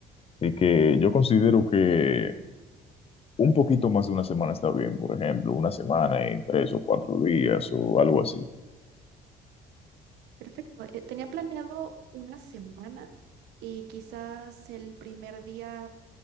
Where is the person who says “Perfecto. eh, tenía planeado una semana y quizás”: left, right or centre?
Right